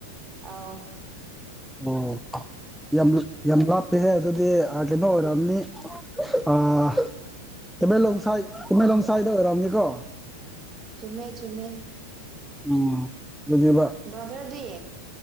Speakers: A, on the right (about 25°); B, in the centre.
A: ꯑꯥꯎ
B: ꯑꯣ ꯌꯥꯝ ꯌꯥꯝ ꯂꯥꯞꯄꯦꯍꯦ ꯑꯗꯨꯗꯤ ꯑꯥ ꯀꯩꯅꯣ ꯑꯣꯏꯔꯝꯅꯤ ꯑꯥ ꯇꯃꯦꯂꯣꯡꯁꯥꯏ ꯇꯃꯦꯂꯣꯡꯁꯥꯏꯗ ꯑꯣꯏꯔꯝꯅꯤꯀꯣ
A: ꯆꯨꯝꯃꯦ ꯆꯨꯝꯃꯦ
B: ꯎꯝ ꯑꯗꯨꯅꯦꯕ
A: ꯕ꯭ꯔꯥꯗꯔ ꯗꯤ